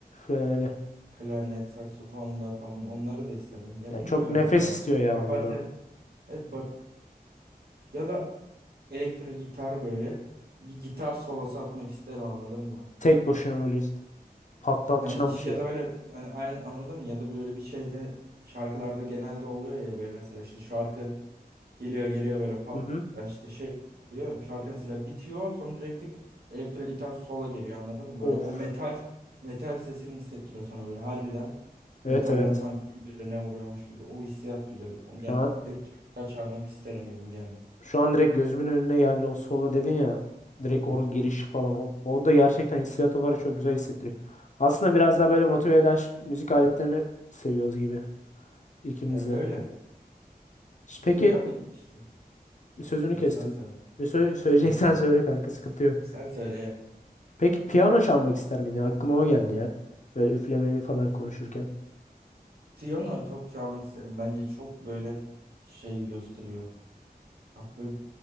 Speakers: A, on the left; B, on the right.
A: Şöyle öyle.
B: Klarnet, saksafon da falan onları da istemem. Ya
A: Ya
B: bilmiyorum
A: çok nefes
B: ya.
A: istiyor ya
B: Ha
A: onları.
B: bater. Evet bat ya da elektro gitar böyle bir gitar solosu atmak isterim anladın mı?
A: Tek başına böyle patlatacağım
B: Hani şey-
A: bir şey.
B: ya da böyle hani aynı anladın mı? Ya da böyle bir şeyde şarkılarda genelde oluyor ya böyle mesela işte şarkı geliyor geliyor böyle pat
A: Hı hı.
B: yani işte şey oluyor. Şarkı mesela bitiyor sonra direkt tık elektro gitar sola giriyor anladın mı? Böyle
A: Of.
B: o metal metal sesini hissettiriyor sana böyle harbiden
A: Evet
B: metaller
A: evet.
B: sanki birbirine vuruyormuş gibi. O hissiyat güzel. O
A: Şu
B: gel
A: an
B: elektro gitar çalmak isterim gibi geldi.
A: Şu an direkt gözümün önüne geldi o solo dedin ya. Direkt
B: Hı
A: onun
B: hı.
A: girişi falan. O, o da gerçekten hissiyat olarak çok güzel hissettiriyor. Aslında biraz daha böyle motive eden ş- müzik aletlerini seviyoruz gibi ikimiz
B: Ya öyle.
A: de. Ş- Peki
B: Şey ya bu işte.
A: sözünü
B: Yani
A: kestim.
B: sen söyle.
A: Ne sö-
B: Söyle
A: <laughs> söyleyeceksen
B: söyle.
A: söyle kanka sıkıntı yok.
B: Sen söyle ya.
A: Peki piyano çalmak ister miydin? Aklıma o geldi ya. Böyle üflemeli falan konuşurken.
B: Piyano çok çalmak isterim. Bence çok böyle şey gösteriyor. Ha, böyle-